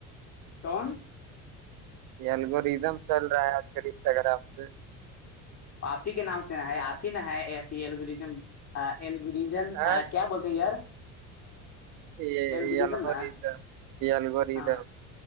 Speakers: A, on the left; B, on the right.
A: ٹون
B: یگ ریدم چل رہا ہے آج کل انسٹا گرام پ
A: آپ ہی کے نام سے نہ ہے آپ ہی نہ ہے ای ایلوریزم ایلجن
B: ہاں،
A: کیا بولتے ہیں یار
B: یہ
A: ایلگریزم
B: یہل
A: نا
B: گور یہلگور
A: ہاں
B: دا